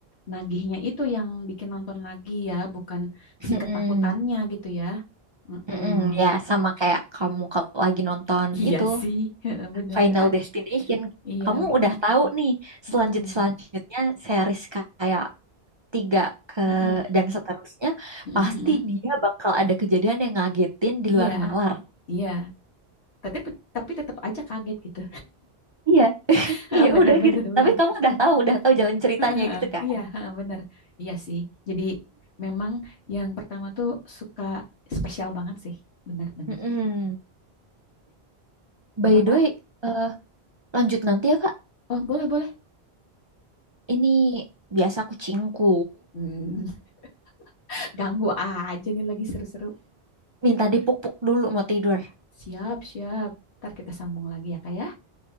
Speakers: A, on the left; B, on the right.
A: nagihnya itu yang bikin nonton lagi ya, bukan si
B: Mm-mm.
A: ketakutannya gitu ya. Mm-mm.
B: Mm-mm, ya sama kayak kamu kalau lagi nonton
A: Iya
B: itu
A: sih, <laughs> bener.
B: Final
A: Ad-
B: Destination,
A: iya,
B: kamu udah tahu nih selanjut
A: mm-mm.
B: selanjutnya series kayak tiga ke
A: Mm-mm.
B: dan seterusnya
A: Mm-mm,
B: pasti
A: mm-mm.
B: dia bakal ada kejadian yang ngagetin di
A: Iya,
B: luar nalar.
A: iya. Tapi tapi tetap aja kaget gitu.
B: Iya, <laughs>
A: <laughs>
B: iya
A: Bener,
B: udah
A: bener,
B: gitu.
A: bener.
B: Tapi kamu udah tahu, udah tahu jalan ceritanya
A: <laughs>
B: gitu kan?
A: Iya, <laughs> bener. Iya sih. Jadi memang yang pertama tuh suka spesial banget sih, benar-benar.
B: Mm-mm. By
A: Apa, Kak?
B: the way, eh, lanjut nanti ya Kak.
A: Oh, boleh, boleh.
B: Ini biasa kucingku
A: Hmm, <laughs> ganggu aja nih lagi seru-seru.
B: minta dipuk-puk dulu mau tidur.
A: Siap, siap. Ntar kita sambung lagi ya, Kak ya.